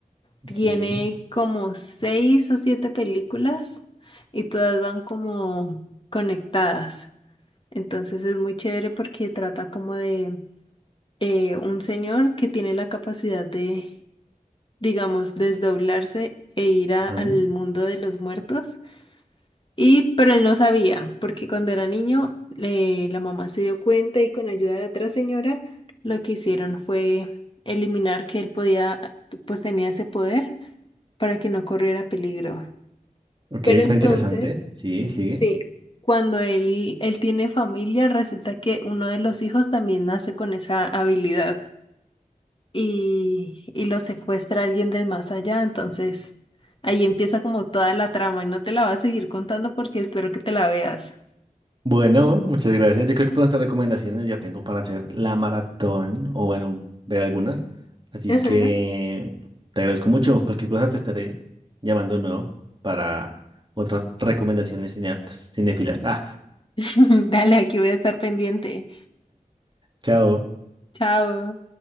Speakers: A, on the right; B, on the left.
A: Ok,
B: Tiene como seis o siete películas y todas van como conectadas. Entonces es muy chévere porque trata como de eh, un señor que tiene la capacidad de digamos, desdoblarse e ir a-
A: ajá.
B: al mundo de los muertos. Y, pero él no sabía, porque cuando era niño, le- la mamá se dio cuenta y con ayuda de otra señora, lo que hicieron fue eliminar que él podía, pues tenía ese poder para que no corriera peligro.
A: Ok,
B: Pero
A: suena
B: entonces,
A: interesante. Sí, sigue.
B: sí, cuando él, él tiene familia, resulta que uno de los hijos también nace con esa habilidad. y, y lo secuestra alguien del más allá. Entonces, ahí empieza como toda la trama y no te la va a seguir contando porque espero que te la veas.
A: Bueno, muchas gracias. Yo creo que con estas recomendaciones ya tengo para hacer la maratón o bueno, ver algunas. Así
B: <laughs> Ajá.
A: que te agradezco mucho. Cualquier cosa te estaré llamando de nuevo para otras recomendaciones cineastas, cinéfilas. Ah,
B: <laughs> Dale, aquí voy a estar pendiente.
A: chao.
B: Chao.